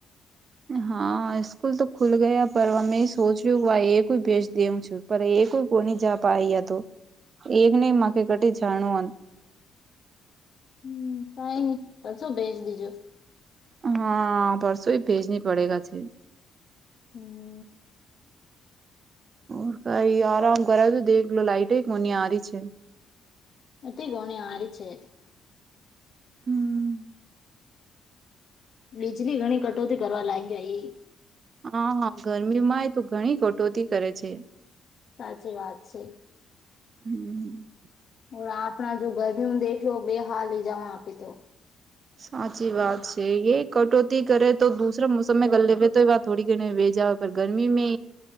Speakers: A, on the right; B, on the left.
A: હા સ્કૂલ તો ખુલ ગયા પરમે સોચ રહ્યું એક કોઈ ભેજ દેઉ છું. પર એક કોની જાપ આ તો એકને કટ જાણો.
B: હ કઈ નહી પણ શું ભેચ દીજો.
A: હા પરસો ભેજની પડે ગયા છે.
B: હમ.
A: ર કઈ આરામ કર તો દેલો લાઈટે કો આહી છે.
B: તે ગોણી આરિ છે.
A: હમ્મ.
B: વીજળી ઘણી કટોતી કરવા લાગ્યા એ.
A: હા ગરમીમાં એ તો ઘણી કટોતી કરે છે.
B: સાચી વાત છે.
A: હમ્મ.
B: એ આપણા જો ગરમી નું દેખ બે હાલ લઈ જવા આપે તો.
A: સાચી વાત છે. એે કટોતી કરે તો દૂસરા મોસમ ગ લેે તો એ વાત થોડી ઘણી ભેજા પર ગરમી મે